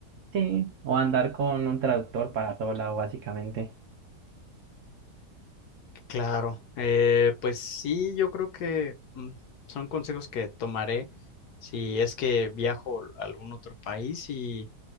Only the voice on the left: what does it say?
Claro, eh, pues sí, yo creo que mm, son consejos que tomaré si es que viajo a algún otro país y